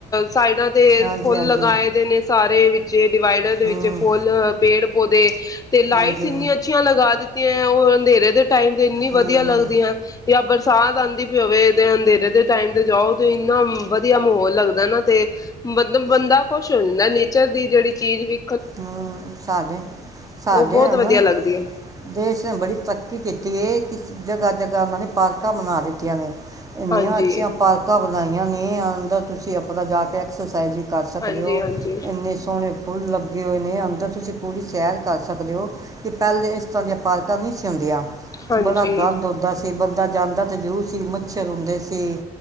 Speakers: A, on the left; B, on the right.
A: ਸਾਈਡਾਂ ਤੇ,
B: ਹਾਂਜੀ
A: ਫੁੱਲ
B: ਹਾਂਜੀ
A: ਲਗਾਏ ਦੇ ਨੇ। ਟਰੇ ਵਿੱਚ। ਜੇ ਡਿਵਾਈਡਰ ਦੇ ਵਿੱਚ,
B: ਹੂੰ,
A: ਫੁੱਲ, ਪੇੜ ਪੋਦੇ ਤੇ ਲਾਈਟਸ
B: ਹਾਂਜੀ
A: ਇੰਨੀਆਂ ਅੱਛੀਆਂ ਲਗਾ ਦਿੱਤੀ ਉਹ ਅੰਧੇਰੇ ਦੇ ਟਾਈਮ ਤੇ ਇੰਨੀ
B: ਹੂੰ,
A: ਵਧੀਆ ਲੱਗਦੀ ਆ ਜਾਂ ਸਾਧ ਆਉਂਦੀ ਪਵੇ ਤੇ ਅੰਧੇਰੇ ਦੇ ਟਾਈਮ ਤੇ ਜਾਓ ਤੇ ਇੰਨਾ ਵਧੀਆ ਮਾਹੌਲ ਲੱਗਦਾ ਨਾ ਤੇ ਮਤਲਬ ਬੰਦਾ ਖੁਸ਼ ਹੋਦਾ ਨਾ ਨੇਚਰ ਦੀ ਜਿਹੜੀ ਚੀਜ਼ ਵੀ
B: ਹਮ ਸਾਡੇ ਸਾਡੇ
A: ਉਹ ਬਹੁਤ
B: ਉਹਨੂੰ
A: ਵਧੀਆ ਲੱਗਦੀ ਹੈ
B: ਦੇਸ਼ ਨੇ ਬੜੀ ਪੱਕੀ ਕੀਤੀ ਏ ਜਗ੍ਹਾ ਜਗ੍ਹਾ ਉਹਨਾਂ ਨੇ ਪਾਰਕਾਂ ਬਣਾ ਦਿੱਤੀਆਂ ਨੇ ਇੰਨੀਆਂ
A: ਹਾਂਜੀ
B: ਅੱਛੀਆਂ ਪਾਰਕਾਂ ਬਣਾਈਆਂ ਨੇ ਆਦਾ ਤੁਸੀਂ ਆਪਣਾ ਜਾ ਕੇ ਐਕਸਰਸਾਈਜ਼ ਕਰ ਸਕਦੇ
A: ਹਾਂਜੀ
B: ਹੋ
A: ਹਾਂਜੀ
B: ਇੰਨੇ ਸੋਹਣੇ ਫੁੱਲ ਲੱਗੇ ਲੱਗੇ ਹੋਏ ਨੇ ਅੰਦਰ ਤੁਸੀਂ ਪੂਰੀ ਸੈਰ ਕਰ ਸਕਦੇ ਹੋ ਕਿ ਪਹਿਲਲੇ ਇਸ ਤਰ੍ਹਾਂ ਦੀਆਂ ਪਾਲਕਾਂ ਨਹੀਂ ਸੀਉਂਦੀਆਂ
A: ਹਾਂਜੀ
B: ਬੜਾ ਗੰਦ ਹੁੰਦਾ ਸੀ ਅਤੇ ਬੰਦਾ ਜਾਂਦਾ ਤਾਂ ਜ਼ਰੂਰ ਸੀ ਮੱਛਰ ਹੁੰਦੇ ਸੀ